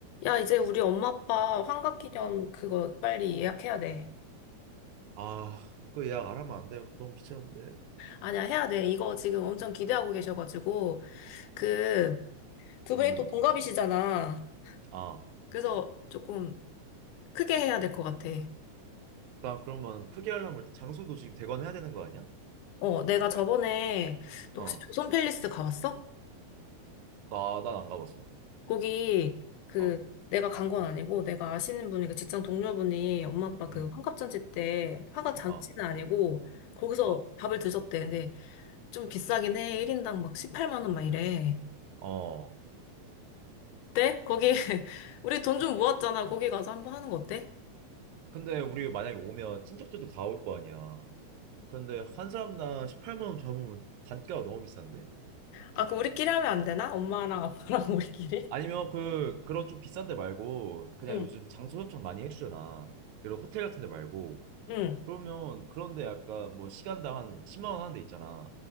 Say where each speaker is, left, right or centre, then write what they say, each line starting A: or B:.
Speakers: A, on the left; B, on the right.
A: 야, 이제 우리 엄마 아빠 환갑기념 그거 빨리 예약해야 돼.
B: 아, 그 예약 안 하면 안 돼. 너무 귀찮은데.
A: 아니야, 해야 돼. 이거 지금 엄청 기대하고 계셔가지고. 그, 두
B: 음,
A: 분이 또 동갑이시잖아.
B: 아,
A: 그래서 조금 크게 해야 될 것 같아.
B: 일단 그러면 크게 하려면 일단 장소도 지금 대관해야 되는 거 아니야?
A: 어, 내가 저번에, 너
B: 어,
A: 혹시 조선 팰리스 가봤어?
B: 나, 난 안 가봤어.
A: 거기, 그,
B: 어,
A: 내가 간 건 아니고, 내가 아시는 분이, 그 직장 동료분이 엄마 아빠 그
B: 응.
A: 환갑잔치 때, 환갑잔치는
B: 어,
A: 아니고, 거기서
B: 어,
A: 밥을 드셨대. 근데 좀 비싸긴 해. 1인당 막 18만 원 막 이래.
B: 어.
A: 어때? 거기 <laughs> 우리 돈 좀 모았잖아. 거기 가서 한번 하는 거 어때?
B: 근데 우리 만약에 오면 친척들도 다 올 거 아니야. 그런데 한 사람당 18만 원 잡으면 단가가 너무 비싼데?
A: 아, 그 우리끼리 하면 안 되나? 엄마랑 아빠랑 <laughs> 우리끼리?
B: 아니면 그, 그런 좀 비싼 데 말고, 그냥
A: 응,
B: 요즘 장소 협찬 많이 해주잖아. 그런 호텔 같은 데 말고,
A: 응.
B: 그러면 그런데 약간 뭐 시간당 한 10만 원 하는 데 있잖아.